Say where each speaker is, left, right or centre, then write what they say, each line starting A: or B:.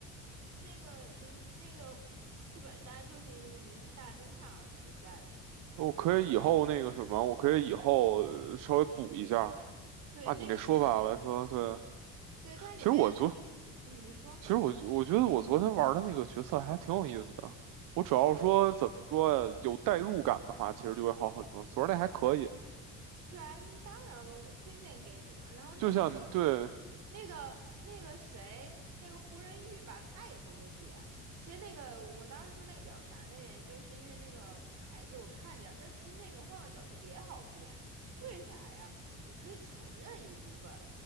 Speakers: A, on the right (about 55°); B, on the right (about 75°).
A: 那个明那个剧本杀就是因为《明星大侦探》而存在的，
B: 我可以以后那个什么，我可以以后呃稍微补一下。
A: 对对，
B: 按你这说法来说，
A: 那个嗯，
B: 对，
A: 对它里面
B: 其实我昨
A: 嗯，你说
B: 其实我我觉得我昨天玩的那个角色还挺有意思的。我主要说怎么说呀，
A: 对。
B: 有代入感的话，其实就会好很多。昨儿那还可以，
A: 对啊，那当然了，我推荐给你的。然后那个金，
B: 就像对，
A: 那个那个谁，那个胡仁玉吧，他也不会编。其实那个我当时说那个比较难的原因，就是因为那个牌子我看见了，但其实那个换个角度也好编。为啥呀？你可以承认一部分，